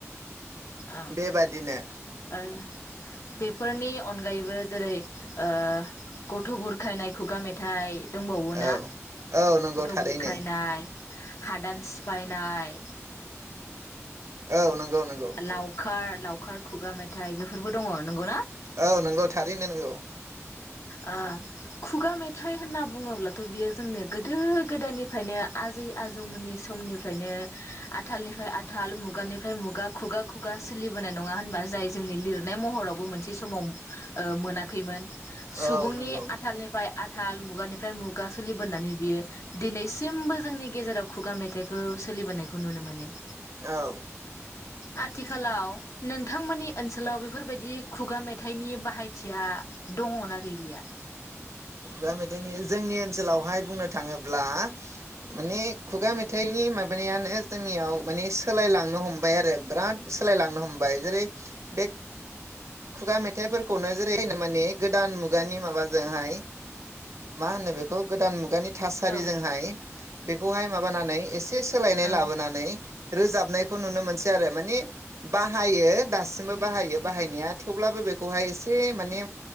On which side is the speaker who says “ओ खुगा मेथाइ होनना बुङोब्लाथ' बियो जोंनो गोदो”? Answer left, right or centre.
Left